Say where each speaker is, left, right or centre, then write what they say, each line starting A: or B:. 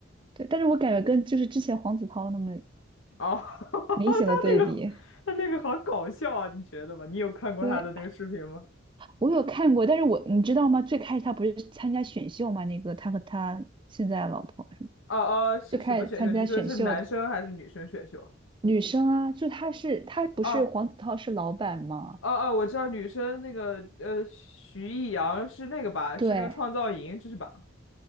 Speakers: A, on the right (about 25°); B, on the left (about 80°).
A: 对，但是我感觉跟就是之前黄子韬那么
B: 哦，<laughs> 他那个，
A: 明显的对比。
B: 他那个好搞笑啊，你觉得吗？你有看过他的那个视频吗？
A: 对，我有看过，但是我你知道吗？最开始他不是参加选秀嘛，那个他和他现在的老婆。
B: 哦哦，是什么选秀？
A: 就开始参加选秀的
B: 你说的是男生还是女生选秀？
A: 女生啊，就她是她不是黄子韬是老板吗？
B: 哦哦哦，我知道女生那个呃，徐艺洋是那个吧？
A: 对，
B: 是那个创造营，这是吧？